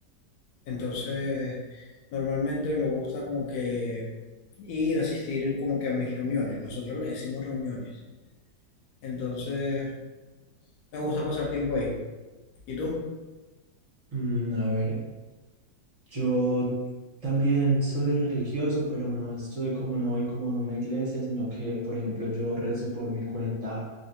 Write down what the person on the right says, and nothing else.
Mm, a ver, yo también soy religioso, pero no estoy como, no voy como a una iglesia, sino que, por ejemplo, yo rezo por mi cuenta